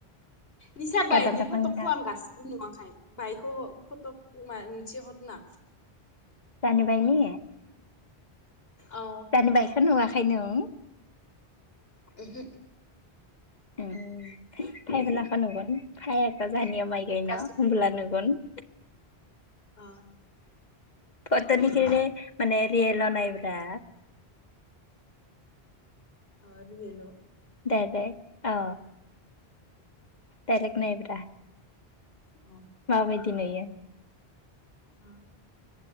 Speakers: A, on the left; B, on the left.
A: निस
B: गादान
A: बायनि
B: दाफांना
A: फटकखौ आं गासि नुवाखाय बायखौ फटक मोनसे हरना
B: जानि बायनि
A: अ
B: दानि बाइकखौ नुवाखै नों
A: ओमहो
B: ओं फायबोलाखौ नुगोन फाय अब्ला जोंहानिया माइ गायना
A: गासिबो
B: होनोमबोला नुगोन <inaudible>
A: अ
B: फट' लख माने रियेल नाय ब्रा
A: आ रयेलाव
B: दे दे औ दायरेख नाय ब्रा
A: अ
B: माबायदि नुयो
A: अ